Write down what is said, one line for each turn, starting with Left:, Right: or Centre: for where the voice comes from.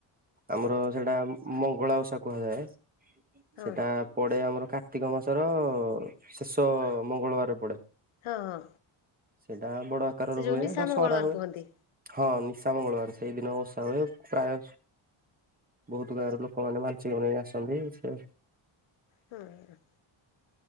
Right: ଆମର ସେଇଟା ମଙ୍ଗଳା ଓଷା କୁହାଯାଏ।
Left: ହଁ
Right: ସେଟା ପଡେ ଆମର କାର୍ତ୍ତିକ ମାସର ଶେଷ ମଙ୍ଗଳବାର ପଡେ।
Left: ହଁ ହଁ।
Right: ସେଇଟା ବଡ ଆକାରର
Left: ସେ ଯୋଉ
Right: ହୁଏ,
Left: ନିଶା
Right: ଦଶହରା
Left: ମଙ୍ଗଳବାର
Right: ହୁଏ।
Left: କୁହନ୍ତି
Right: ହଁ ନିଶା ମଙ୍ଗଳବାର ସେଇ ଦିନ ଓଷା ହୁଏ। ପ୍ରାୟ ବହୁତ ଗାଁର ଲୋକମାନ୍ସିକ ନେଇ ଆସନ୍ତି। ସେ
Left: ହଁ।